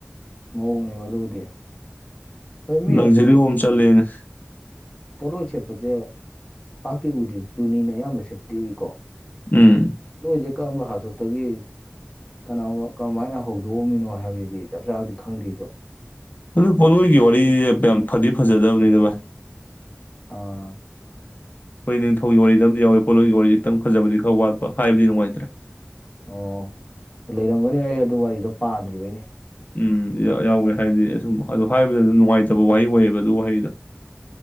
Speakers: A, on the left; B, on the left.
A: ꯃꯑꯣꯡꯅꯦꯕ ꯑꯗꯨꯕꯨꯗꯤ ꯑꯗꯣ ꯃꯤ
B: ꯂꯛꯖꯔꯤꯑꯣꯝ
A: ꯑꯊꯣꯝꯒꯤ
B: ꯆꯠꯂꯦꯅꯦ
A: ꯄꯣꯠꯂꯣꯏ ꯁꯦꯠꯄꯖꯦ ꯄꯥꯛꯇꯤ ꯎꯗꯦ ꯆꯨꯅꯤꯅ ꯑꯌꯥꯝꯕ ꯁꯦꯠꯞꯇꯤ ꯎꯏꯀꯣ
B: ꯎꯝ
A: ꯄꯣꯠꯂꯣꯏꯖꯦ ꯀꯔꯝꯕ ꯍꯥꯇꯛꯇꯒꯤ ꯀꯅꯥꯒꯨꯝꯕ ꯀꯃꯥꯏꯟꯅ ꯍꯧꯗꯣꯛꯑꯃꯤꯅꯣ ꯍꯥꯏꯕꯗꯨꯗꯤ ꯆꯞ ꯆꯥꯕꯗꯤ ꯈꯪꯗꯦ ꯑꯩꯖꯨ
B: ꯑꯗꯨ ꯄꯣꯠꯂꯣꯏꯒꯤ ꯋꯥꯔꯤ ꯌꯥꯝ ꯐꯥꯗꯤ ꯐꯥꯖꯗꯕꯅꯤꯗ ꯚꯥꯏ
A: ꯑꯥ
B: ꯑꯩꯈꯣꯏ ꯅꯤꯡꯊꯧꯒꯤ ꯋꯥꯔꯤꯗ ꯑꯃꯥꯗꯤ ꯌꯥꯎꯋꯦ ꯄꯣꯠꯂꯣꯏꯒꯤ ꯋꯥꯔꯤ ꯈꯤꯛꯇꯪ ꯐꯥꯖꯕꯗꯤ ꯈꯔ ꯋꯥꯠꯄ ꯍꯥꯏꯕꯗꯤ ꯅꯨꯡꯉꯥꯏꯇ꯭ꯔꯦ
A: ꯑꯣ ꯂꯩꯔꯝꯒꯅꯤ ꯑꯩ ꯑꯗꯨ ꯋꯥꯔꯤꯗꯣ ꯄꯥꯗ꯭ꯔꯤꯕꯩꯅꯦ
B: ꯎꯝ ꯌꯥ ꯌꯥꯎꯌꯦ ꯍꯥꯏꯗꯤ ꯑꯁꯨꯝ ꯑꯥ ꯑꯗꯨꯝ ꯍꯥꯏꯕꯗ ꯑꯗꯨꯝ ꯅꯨꯡꯉꯥꯏꯇꯕ ꯋꯥꯍꯩ ꯑꯣꯏꯌꯦꯕ ꯑꯗꯨ ꯋꯥꯍꯩꯗꯣ